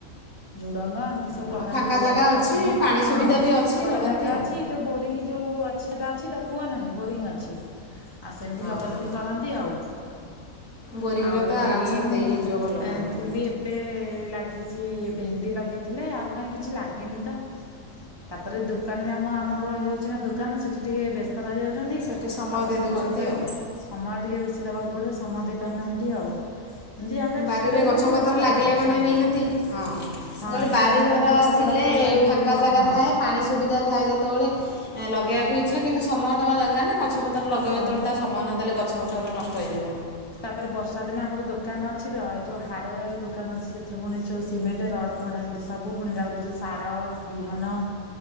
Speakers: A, on the left; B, on the left.
A: ଝୁଡଙ୍ଗ ଏମିତି ସବୁ
B: ହଁ
A: ଲଗାନ୍ତି,
B: ଫାଙ୍କା
A: ପିଆଜ,
B: ଜାଗା
A: ରସୁଣ
B: ଅଛି ପାଣି
A: ହଁ
B: ସୁବିଧା ବି ଅଛି
A: ବଡ
B: ଲଗାନ୍ତି
A: ଜାଗା
B: ଆଉ
A: ଅଛି? ଯୋଉ ବୋରିଂ ଜଉ ଅଛି ଯୋଉଟା ଅଛି କୁଅ ନାହିଁ ବୋରିଙ୍ଗ ଅଛି ଆଉ ସେମିତି
B: ଓହୋ
A: ଲଗା ଲଗି ନ କରନ୍ତି ଆଉ।
B: ବୋରିଂର
A: ଆଉ
B: ତ ଆରାମସରେ
A: ଏଇ ମୁଁ
B: ଦେଇ ହେଇଯିବ ଭଲ ପାଣି ହଉ
A: ଥିଲି ଏବ୍ ଗୋଟେ ଲାଗିଛି ଭେଣ୍ଡି ଲଗେଇଥିଲେ ଆଉ କାହିଁ କିଛି ଲାଗିନି ତ। ତାପରେ ଦୋକାନ ବି ଆମ ଆମର ରହିଯାଉଛି ନା ଦୋକାନ ସେଠି ଟିକେ ବ୍ୟସ ତ ରହିଯାଉଛନ୍ତି
B: ସେଠି ସମୟ
A: ଆଉ ପୁଣି
B: ଦେଇ ଦେଉଛନ୍ତି
A: କରିପାରିଲେ
B: ଆଉ
A: ସମୟ ଟିକେ ବେଶୀ ଦବାକୁ ପଡିବ ସମୟ ଦେଇ ପାରୁନାହାନ୍ତି ଆଉ। ଏମିତି ଯାହା ଯାହା
B: ବାରିରେ
A: ଶୀତ ଦିନେ
B: ଗଛ
A: ଟିକେ
B: ପତ୍ର
A: ବେଶୀ ଲଗାନ୍ତି
B: ଲାଗିଲେ ମାନେ
A: ଶାଗ
B: ନିହାତି ହଁ। ମୁଁ
A: ହଁ
B: କହିଲି
A: ଟିକେ
B: ବାରିଘର
A: ପୁଣି ତାକୁ ଖୁସା
B: ଥିଲେ
A: କୋଡା କରିବା ପାଇଁ ପଡିବ
B: ଫାଙ୍କା ଜାଗା
A: ହଁ।
B: ଥାଏ ପାଣି ସୁବିଧା ଥାଏ ଯେତେବେଳେ ଏ ଲଗେଇବାକୁ ଇଚ୍ଛା କିନ୍ତୁ ସମୟ ଦେବା ଦରକାର ନା ଗଛ ପତ୍ର ଲଗେଇବା
A: ହଁ।
B: ଯେତେବେଳେ ତା ସମୟ ନ ଦେଲେ ଗଛପତର ନଷ୍ଟ ହେଇଯିବ।
A: ତାପରେ ବର୍ଷା ଦିନେ ଆମର ଦୋକାନ ଅଛି ତ ଏଇ ଯୋଉ ହାର୍ଡୱାର ଦୋକାନ ଅଛି ସେଥିରୁ ପୁଣି ସବୁ ସିମେଣ୍ଟ, ରଡ଼ ପଡେ ଇମିତି ସବୁ ପୁଣି ତାପରେ ଯୋଉ ସାର, ବିହନ